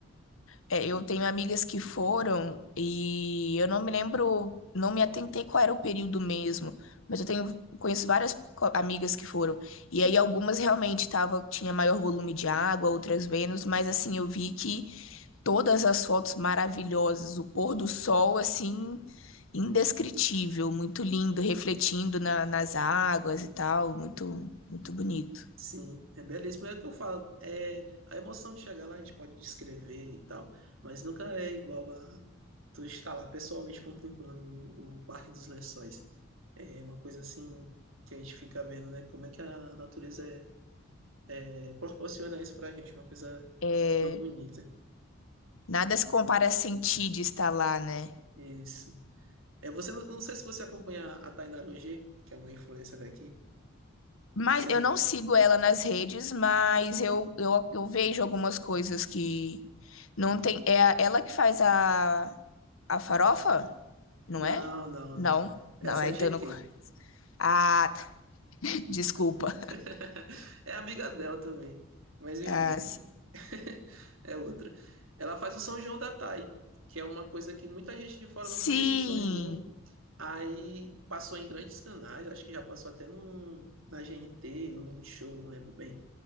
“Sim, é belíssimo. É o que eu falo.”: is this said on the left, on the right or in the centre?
Right